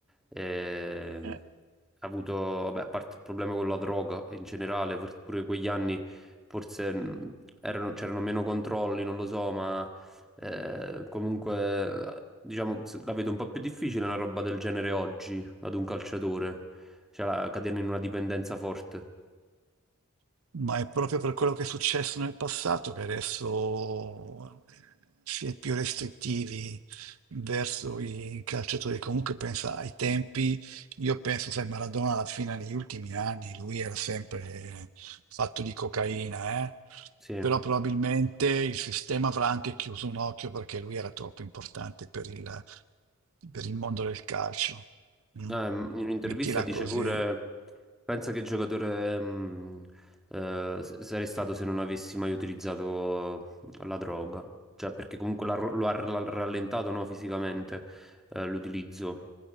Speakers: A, in the centre; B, on the right (about 65°).
A: Ehm,
B: eh,
A: ha avuto, vabbè, a parte il problema con la droga in generale, perché pure quegli anni forse mh, erano- c'erano meno controlli, non lo so, ma eh, comunque, diciamo, se- la vedo un po' più difficile una roba del genere oggi, ad un calciatore, cioè la- cadere in una dipendenza forte.
B: ma è proprio per quello che è successo nel passato che adesso eh, si è più restrittivi verso i calciatori. Comunque pensa ai tempi, io penso, sai, Maradona alla fine negli ultimi anni, lui era sempre fatto di cocaina, eh?
A: Sì.
B: Però probabilmente il sistema avrà anche chiuso un occhio perché lui era troppo importante per il, per il mondo del calcio. mm?
A: Eh, in un'intervista
B: Mettila
A: dice
B: così.
A: pure, pensa che giocatore mh, eh, s- sarei stato se non avessi mai utilizzato la droga, cioè perché comunque l'ha ro- lo ha ra- rallentato no, fisicamente eh, l'utilizzo,